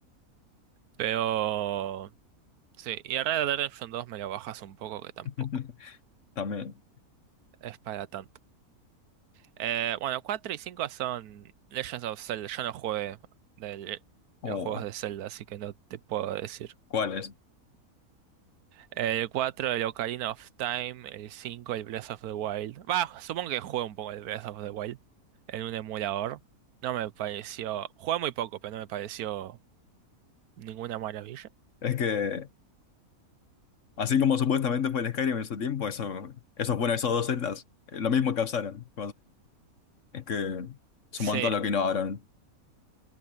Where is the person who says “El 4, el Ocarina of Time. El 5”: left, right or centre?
Right